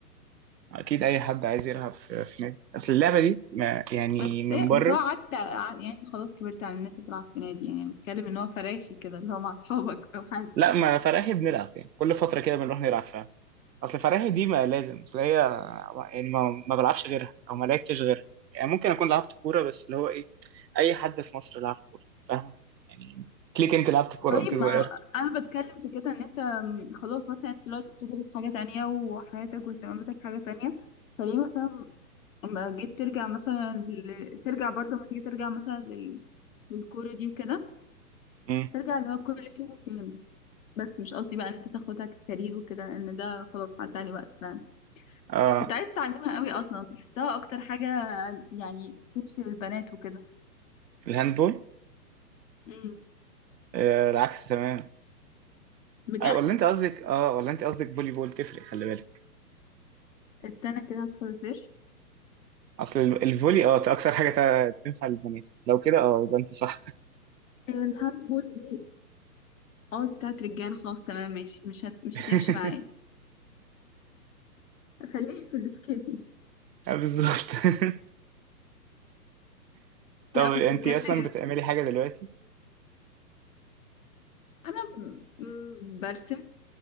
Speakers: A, on the right (about 85°); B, on the left (about 50°).
A: اكيد اي حد عايز يلعب في في نادي اصل اللعبه دي ما يعني
B: بس
A: من
B: ايه
A: بره
B: بس هو عدى ع- يعني انت خلاص كبرت على ان انت تلعب في نادي يعني بتكلم ان هو فرايحي كده اللي هو مع <laughs> اصحابك او حاجة
A: لا ما فرقها بنلعب يعني كل فتره كده بنروح نلعب فيها اصل فراهي دي ما لازم اصل هي يعني ما, ما بلعبش غيرها او ما لعبتش غيرها يعني ممكن اكون لعبت كوره بس اللي هو ايه اي حد في مصر لعب كوره فاهم يعني ليك انت لعبت كوره
B: طيب
A: وانت صغير
B: ما هو انا بتكلم في كده ان انت أم، خلاص مثلا انت دلوقتي بتدرس حاجة تانية وحياتك واهتماماتك حاجة تانية فليه مثلا اما جيت ترجع مثلا ل... ترجع برضه لما تيجي ترجع مثلا لل... للكورة دي وكده
A: امم
B: ترجع اللي هو كل فين وفين بس مش قصدي بقى ان انت تاخدها كارير وكده لان ده خلاص عدى عليه وقت فعلا
A: اه
B: كنت عايزة اتعلمها قوي اصلا بحسها اكتر حاجة يعني تمشي للبنات وكده
A: الهاندبول
B: امم
A: آه العكس تماما
B: بجد
A: آه ولا انت قصدك اه ولا انت قصدك فولي بول تفرق خلي بالك
B: استنى كده هدخل اسيرش
A: اصل ال- الفولي اه ت- اكتر حاجه ت- تنفع للبنات لو كده اه يبقى انت صح
B: هي الهاند بول دي اه دي بتاعت رجالة خلاص تمام ماشي مش هت... مش
A: <laughs>
B: هتمشي معايا خليني في السكيتنج
A: آه، بالظبط <laughs> طب
B: لا بس
A: انت
B: بجد
A: اصلا بتعملي حاجه دلوقتي
B: انا ب- برسم